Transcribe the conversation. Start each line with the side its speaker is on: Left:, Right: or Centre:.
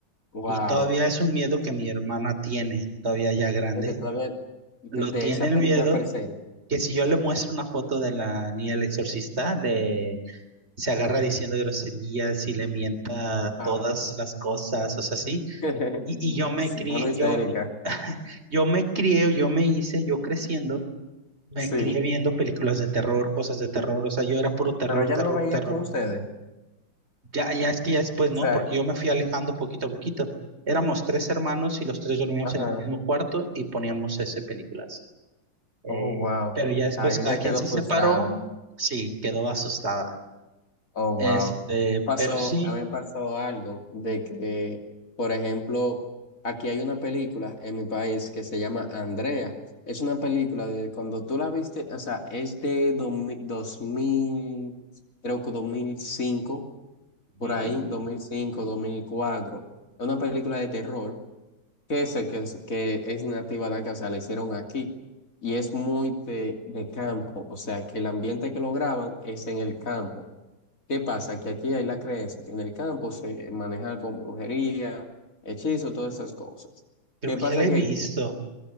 Left: Wow.
Right: Y todavía es un miedo que mi hermana tiene, todavía ya grande.
Left: De que todavía de,
Right: Lo
Left: de
Right: tiene
Left: esa
Right: el
Left: película
Right: miedo
Left: per se.
Right: que si yo le muestro una foto de la niña del exorcista, le se agarra diciendo groserías y le mienta
Left: Ah.
Right: todas las cosas, o sea, sí.
Left: <laughs>
Right: Y, y yo me
Left: Se
Right: crié,
Left: pone histérica.
Right: yo, <laughs> yo me crié, o yo me hice, yo creciendo, me
Left: Sí.
Right: crié viendo películas de terror, cosas de terror, o sea, yo era puro terror,
Left: Pero ella
Right: terror,
Left: no veía
Right: terror.
Left: con ustedes. O
Right: Ya, ya es que ya después no,
Left: sea,
Right: porque yo me fui alejando poquito a poquito. Éramos tres hermanos y los tres dormíamos
Left: ajá.
Right: en el mismo cuarto y poníamos ese películas. Eh,
Left: Oh, wow.
Right: pero ya después
Left: Ay, ella
Right: cada quien
Left: quedó
Right: se
Left: frustrada.
Right: separó, sí, quedó asustada.
Left: Oh, wow.
Right: Este,
Left: Pasó,
Right: pero sí,
Left: a mí me pasó algo de que, por ejemplo, aquí hay una película en mi país que se llama Andrea. Es una película de cuando tú la viste, o sea, es de 2000, 2000, creo que 2005 por
Right: ujú,
Left: ahí, 2005, 2004. Es una película de terror que, se, que, es que es nativa de acá, o sea, la hicieron aquí. Y es muy de, de campo, o sea, que el ambiente que lo graban es en el campo. ¿Qué pasa? Que aquí hay la creencia que en el campo se maneja con brujería, hechizo, todas esas cosas.
Right: creo
Left: ¿Qué
Right: que
Left: pasa?
Right: ya la he
Left: Que
Right: visto.